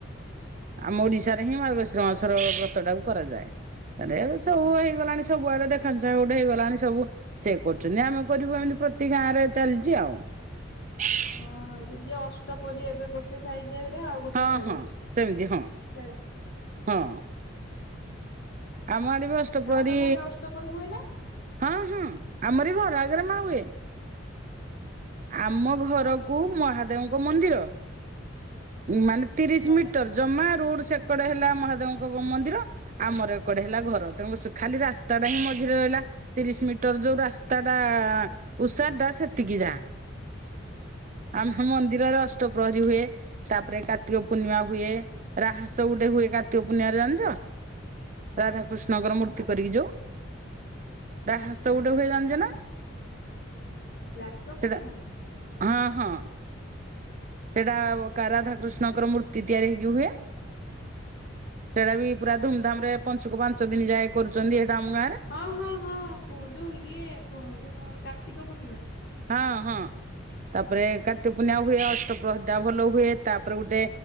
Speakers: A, on the right; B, on the left.
A: ଆମ ଓଡିଶାରେ ହିଁ ମାର୍ଗଶିର ମାସର ବ୍ରତ ଟାକୁ କରନ୍ତୀ। ଆରେ ଏ ସବୁ ହେଇଗଲାଣି ସବୁଆଡେ ଦେଖଣା ଚାହାଁ ଗୋଟେ ହେଇଗଲାଣି ସବୁ ସେ କରୁଛନ୍ତି ଆମେ କରିବୁ ଏମିତି ପ୍ରତି ଗାଁ ରେ ଚାଲିଛି ଆଉ <unintelligible>
B: ହଁ ଯଦି ଅଷ୍ଟ ପରି ଏବେ ଗୋଟେ ସାଇଜ ହେଲେ ଆଉ। ଗୋଟେ
A: ହଁ
B: ସାଇଜ।
A: ହଁ ସେମିତି ହଁ
B: ଚାଲିଛି ଆଉ
A: ହଁ ଆମ ଆଡ ଅଷ୍ଟପ୍ରହରୀ
B: ମା ତମେ ଏଠି ଅଷ୍ଟପରି ହୁଏ ନା?
A: ହଁ ହଁ ଆମରି ଘର ଆଗରେ ମା ହୁଏ। ଆମ ଘରକୁ ମହାଦେବଙ୍କ ମନ୍ଦିର ମାନେ ତିରିଶ
B: ଲାଗିଛି
A: ମିଟର
B: ପୁରା
A: ଜମା ରୋଡ ସେକଡ଼େ ହେଲା ମହାଦେବଙ୍କ ମନ୍ଦିର। ଆମର ଏକଡେ ହେଲା ଘର ତେଣୁ ଖାଲି ରାସ୍ତାଟା ହିଁ ମଝିରେ ରହିଲା। ତିରିଶ ମିଟର ଯୋଉ ରାସ୍ତା ଟା ଉଷାର ଟା ସେତିକି ଯା। ଆମ ମନ୍ଦିରରେ
B: ଆଚ୍ଛା
A: ଅଷ୍ଟପ୍ରହରୀ ହୁଏ। ତାପରେ କାର୍ତ୍ତିକ ପୂର୍ଣ୍ଣିମା ହୁଏ ରାହସ ଗୋଟେ ହୁଏ କାର୍ତ୍ତିକ ପୂର୍ଣ୍ଣିମାାରେ ଜାଣିଛ। ରାଧାକୃଷ୍ଣଙ୍କର ମୂର୍ତ୍ତି
B: କଣ
A: କରିକି ଯୋଉ ରାହସ
B: ରାଧାକୃଷ୍ଣ
A: ଗୋଟେ ହୁଏ ଜାଣିଛ ନା।
B: ରାସ
A: ସେଟା
B: ପୂର୍ଣ୍ଣିମା।
A: ହଁ ହଁ ସେଇଟା ରାଧାକୃଷ୍ଣଙ୍କର ମୂର୍ତ୍ତି ତିଆରି ହେଇକି ହୁଏ ସେଇଟା ବି ପୁରା ଧୁମଧାମ ରେ ପଂଚୁକ ପାଞ୍ଚ ଦିନ ଯାଏ କରୁଛନ୍ତି ଏଟା ଆମଁ
B: ହଁ ହଁ ହଁ କୁ ଯୋଉ ଇଏ କୁ ଯୋଉ କଣ କାର୍ତ୍ତିକ ପୂର୍ଣ୍ଣିମା।
A: ହଁ ହଁ ତାପରେ କାର୍ତ୍ତିକ ପୂର୍ଣ୍ଣିମା ହୁଏ ଅ <unintelligible> ଭଲ ହୁଏ ତାପରେ ଗୋଟେ